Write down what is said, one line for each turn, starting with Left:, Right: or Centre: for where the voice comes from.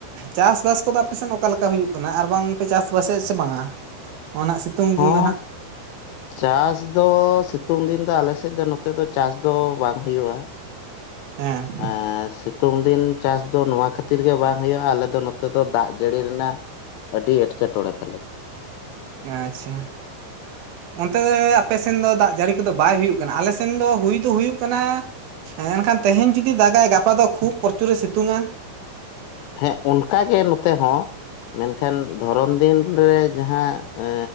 Right: ᱪᱟᱥᱼᱵᱟᱥ ᱠᱚᱫᱚ ᱟᱯᱮ ᱥᱮᱮᱫ ᱚᱠᱟ ᱞᱮᱠᱟ ᱦᱩᱭᱩᱜ ᱠᱟᱱᱟ ᱟᱨ ᱵᱟᱝ ᱯᱮ ᱪᱟᱥᱼᱵᱟᱥᱮᱫ ᱥᱮ ᱵᱟᱝᱟ? ᱱᱚᱜᱼᱚ ᱱᱟ ᱥᱤᱛᱩᱝ
Left: ᱦᱚᱸ
Right: ᱫᱤᱱ ᱫᱚ ᱱᱟᱦᱟᱜ
Left: ᱪᱟᱥ ᱫᱚ ᱥᱤ ᱥᱤᱛᱩᱝ ᱫᱤᱱ ᱫᱚ ᱟᱞᱮ ᱥᱮᱫ ᱫᱚ ᱱᱚᱛᱮ ᱫᱚ ᱪᱟᱥ ᱫᱚ ᱵᱟᱝ ᱦᱩᱭᱩᱜᱼᱟ
Right: ᱦᱮᱸ
Left: ᱮᱸ ᱥᱤᱛ ᱥᱤᱛᱩᱝ ᱫᱤᱱ ᱪᱟᱥ ᱫᱚ ᱱᱚᱣᱟ ᱠᱷᱟᱹᱛᱤᱨ ᱜᱮ ᱵᱟᱝ ᱦᱩᱭᱩᱜᱼᱟ ᱟᱞᱮ ᱫᱚ ᱱᱚᱛᱮ ᱫᱚ ᱫᱟᱜ ᱡᱟᱹᱲᱤ ᱨᱮᱱᱟᱜ ᱟᱹᱰᱤ ᱮᱸᱴᱠᱮᱴᱚᱬᱮ ᱛᱟᱞᱮ
Right: ᱟᱪᱪᱷᱟ ᱚᱱᱛᱮ ᱫᱚ ᱟᱯᱮ ᱥᱮᱱ ᱫᱚ ᱫᱟᱜ ᱡᱟᱹᱲᱤ ᱠᱚᱫᱚ ᱵᱟᱭ ᱦᱩᱭᱩᱜ ᱠᱟᱱᱟ ᱟᱞᱮ ᱥᱮᱱ ᱫᱚ ᱦᱩᱭ ᱫᱚ ᱦᱩᱭᱩᱜ ᱠᱟᱱᱟ ᱦᱮᱸ ᱮᱱᱠᱷᱟᱱ ᱛᱮᱦᱮᱧ ᱡᱩᱫᱤ ᱫᱟᱜᱟᱭ ᱜᱟᱯᱟ ᱫᱚ ᱠᱷᱩᱵ ᱯᱨᱚᱪᱩᱨ ᱨᱮ ᱥᱤᱛᱩᱝᱟ
Left: ᱦᱮᱸ ᱚᱱᱠᱟᱜᱮ ᱱᱚᱛᱮ ᱦᱚᱸ ᱢᱮᱱᱠᱷᱟᱱ ᱫᱷᱚᱨᱚᱢ ᱫᱤᱱᱨᱮ ᱡᱟᱦᱟᱸ ᱮ